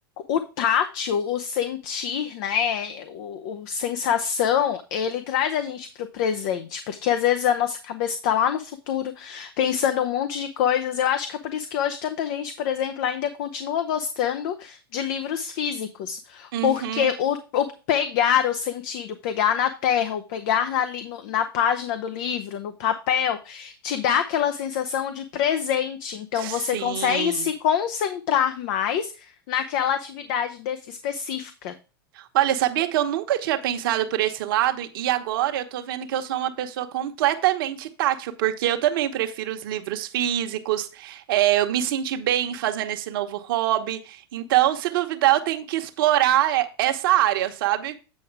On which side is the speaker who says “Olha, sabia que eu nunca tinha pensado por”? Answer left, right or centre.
Right